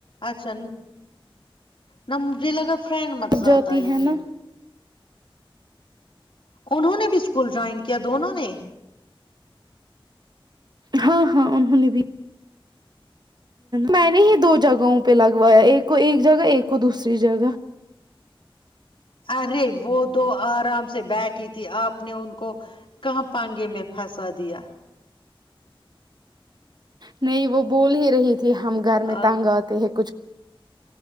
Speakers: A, on the left; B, on the right.
A: اچھا نمبر مجھے لگا فریڈ متزہ
B: جاتی
A: آتا ہے
B: نا
A: کہ انہوں نے بھی اسکول جوائن کیا دونوں نے
B: ہاں ہاں انہوں نے بھی میں نے ہی دو جگہوں پہ لگا ایک کو ایک جگہ ایک کو دوسری جگہ
A: ارے وہ دو آرام سے بیٹھ تھی آپ نے ان کو کو کہاں پائیں گے میں پھاسا دیا
B: نہیں وہ بول ہی رہی تھی ہم گھر میں
A: آپ
B: تنگ آتے ہیں کچھ